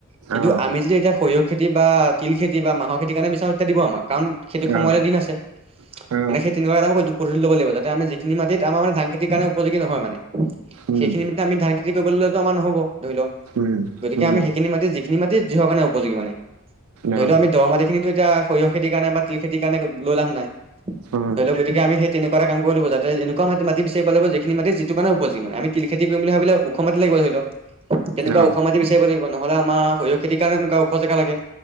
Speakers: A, on the right (about 25°); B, on the right (about 80°).
A: কিন্তু,
B: অ
A: আমি যদি এতিয়া সঁয়িহ খেতি বা তিল খেতি বা মাহ খেতি কাৰণে বিচা এ তেতিয়া দিব আমাৰ কাৰণ খেতিৰ সময়তে
B: অ
A: দিন আছে!
B: <inaudible>
A: মানে সেই তেনেকুৱা এটা হ'ব! আমি যিখিনি মাটিত আমা মানে ধান খেতি কাৰণে উপযোগী নহয় মানে?
B: উম
A: সেইখিনি মাটি তে আমি ধান খেতি কৰিব ললে আমাৰ নহ'ব ধৰি লও,
B: উম
A: গতিকে
B: উম
A: আমি সেইখিনি মাটিত যিখিনি মাটি যিহ কাৰণে উপযোগী মানে?
B: অ
A: ধৰি লও, আমি দৰ মাটি খিনিতো এতিয়া সৰিয়হ খেতিৰ কাৰণে তিল খেতিৰ কাৰণে লৈ লাভ নাই!
B: হয়।
A: ধৰি লক গতিকে আমিই তেনেকুৱা এ কাম কৰিব ল যাতে একুৱা মাট বিচাৰিব লাগিব! যিখিন মাটি যিটো কাৰণে উপযোগী! তি ল খেতি কৰিম বুলি ভাবিলে উখ মাটি লাগিব ধৰি লও! তেনেকুৱা
B: অ
A: ওখ মাটবিচাৰিব লাগিব নহলে আমা শৰিয়হ খেতিৰ কাৰে তেনেুৱা ওখ জেগা লাগে!